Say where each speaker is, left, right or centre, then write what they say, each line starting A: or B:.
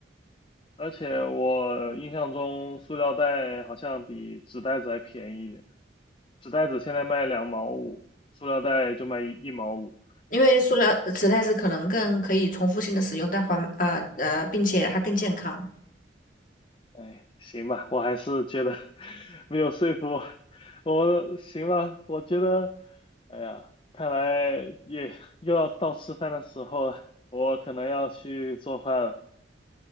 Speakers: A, on the left; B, on the left.
A: 而且我印象中塑料袋好像比纸袋子还便宜一点，纸袋子现在卖两毛五，塑料袋就卖一一毛五。
B: 因为塑料纸袋子可能更可以重复性的使用，但环呃呃，并且它更健康。
A: 哎，行吧，我还是觉得 <laughs> 没有说服我，我行吧，我觉得，哎呀，看来也又要到吃饭的时候了，我可能要去做饭了。